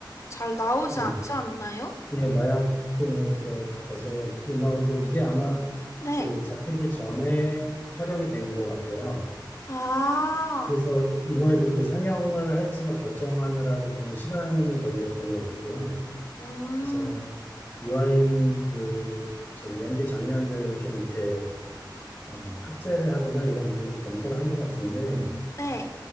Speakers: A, on the left; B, on the left.
A: 잘 나오지
B: 네.
A: 않지 않나요?
B: 예, 마약 등을 들어가서 나오는데 이게 아마
A: 네.
B: 그 잡히기 전에 촬영이 된 것 같아요.
A: 아,
B: 그래서 이번에도 그 상영을 할지만 결정하느라고 좀 시간이 걸렸던 것 같고요.
A: 음,
B: 그래서 유아인 그 저기 연기 장면들 좀 이렇게 어, 삭제를 하거나 이런 부분도 검토를 한 것 같은데
A: 네.